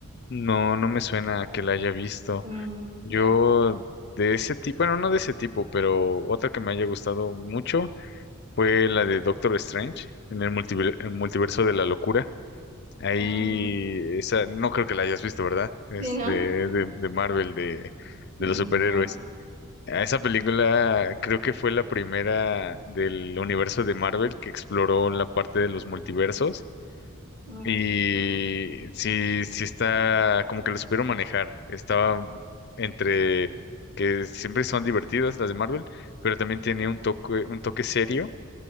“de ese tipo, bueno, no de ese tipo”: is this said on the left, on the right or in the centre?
Left